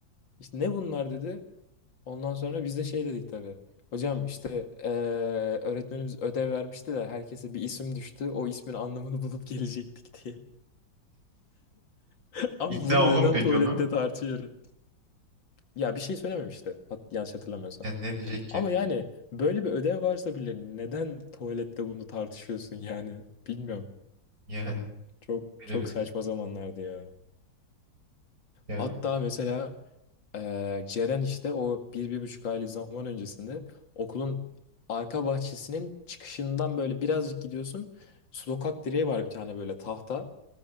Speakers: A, on the left; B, on the right.
A: İşte ne bunlar dedi. Ondan sonra biz de şey dedik tabii. Hocam işte eee, öğretmenimiz ödev vermişti de herkese bir isim düştü. O ismin anlamını <laughs> bulup gelecektik diye. <laughs> Ama
B: İkna
A: bunu
B: olur
A: neden
B: peki
A: tuvalette
B: ona?
A: tartışıyoruz? Ya bir şey söylememişti. Hat yanlış hatırlamıyorsam.
B: Yani ne diyecek ki?
A: Ama yani böyle bir ödev varsa bile neden tuvalette bunu tartışıyorsun yani? Bilmiyorum.
B: Yani
A: Çok
B: bilemedik.
A: çok saçma zamanlardı ya.
B: Ya
A: Hatta mesela Ee, Ceren işte o bir, bir buçuk aylık zaman öncesinde okulun arka bahçesinin çıkışından böyle birazcık gidiyorsun. Sokak direği var bir tane böyle tahta.